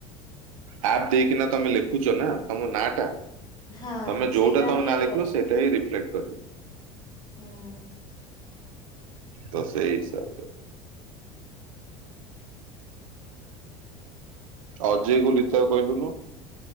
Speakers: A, on the right; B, on the left.
A: ଆପ ଦେଇକିନା ତମେ ଲେଖୁଛ ନା ତମ ନା ଟା
B: ହଁ
A: ତମେ ଯୋଉଟା
B: ସେଇଟା
A: ତମ
B: ହିଁ
A: ନା ଲେଖିବ
B: କରୁଛି।
A: ସେଇଟା ହିଁ ରିଫ୍ଲେକ୍ଟ କରିବୁ
B: ହୁଁ
A: ତ ସେଇସବ ଅଜୟ କୁ ଲତା କହିଲୁନୁ